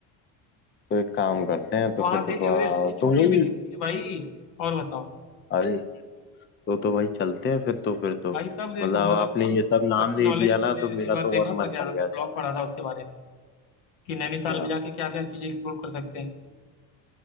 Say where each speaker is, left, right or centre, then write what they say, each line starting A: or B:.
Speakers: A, on the left; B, on the left.
A: तो एक काम करते हैं तो
B: वहां
A: फिर आ,
B: से एवरेस्ट की चोटी
A: तो वही
B: भी दिखती है भाई और बताओ
A: अरे तो तो भाई चलते हैं फिर तो फिर तो
B: भाई सब देखो
A: मतलब
B: मतलब
A: आपने
B: कि
A: ये सब नाम
B: अच्छी
A: नहीं
B: नॉलेज
A: दिया
B: है मैंने
A: ना तो मेरा
B: एक बार
A: तो
B: देखा
A: और
B: था
A: मन
B: क्या
A: कर
B: नाम
A: गया
B: है ब्लॉग
A: जाने
B: पढ़ा था उसके बारे में कि
A: का।
B: नैनीताल
A: अच्छा
B: में जाके क्या क्या चीजें एक्सप्लोर कर सकते हैं